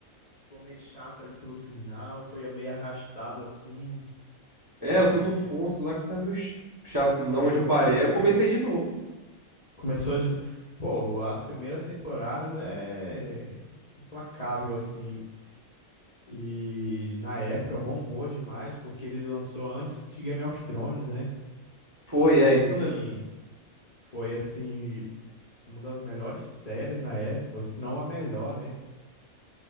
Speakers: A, on the left; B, on the right.
A: ficou meio chato ali pelo final, foi meio arrastado assim.
B: É,
A: E
B: eu tô num ponto lá que tá meio ch- chato, não
A: aí
B: onde eu parei. Aí
A: virou.
B: eu comecei de novo.
A: Começou de. Pô, as primeiras temporadas é implacável, assim. E na época bombou demais, porque ele lançou antes de Game of Thrones, né?
B: Foi,
A: Então,
B: é
A: assim,
B: isso mesmo.
A: foi assim, uma das melhores séries na época, se não a melhor, né?